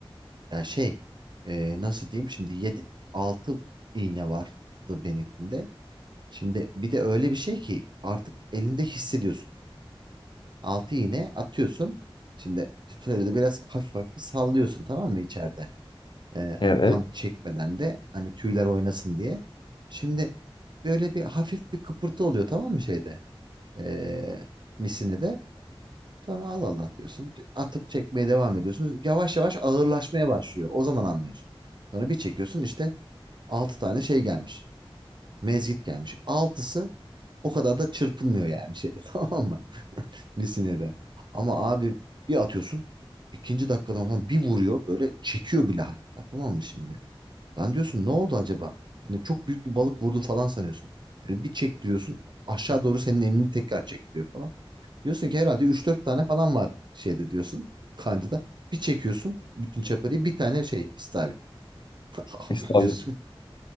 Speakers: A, on the right (about 50°); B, on the left (about 55°).
A: Ya şey e, nasıl diyeyim şimdi 7 6 iğne vardı benimkinde. Şimdi bir de öyle bir şey ki artık elinde hissediyorsun. Altı iğne atıyorsun. Şimdi şöyle de biraz hafif hafif sallıyorsun tamam mı içeride? Ee,
B: Evet.
A: hani tam çekmeden de hani tüyler oynasın diye. Şimdi böyle bir hafif bir kıpırtı oluyor tamam mı şeyde? Ee, misini de. Sonra Allah Allah diyorsun. T- Atıp çekmeye devam ediyorsun. Yavaş yavaş ağırlaşmaya başlıyor. O zaman anlıyorsun. Sonra bir çekiyorsun işte altı tane şey gelmiş. Mezgit gelmiş. Altısı o kadar da çırpınmıyor yani şeyde <laughs> tamam mı? Messine'de. Ama abi bir atıyorsun ikinci dakikadan falan bir vuruyor böyle çekiyor bile hatta tamam mı şimdi? Lan diyorsun ne oldu acaba? Hani çok büyük bir balık vurdu falan sanıyorsun. Şöyle bir çektiriyorsun aşağı doğru senin elini tekrar çektiriyor falan. Diyorsun ki herhalde üç dört tane falan var şeyde diyorsun kancada. Bir çekiyorsun bütün çapariyi bir tane şey istavrit. <laughs> Abi
B: Biz
A: diyorsun.
B: Avcı,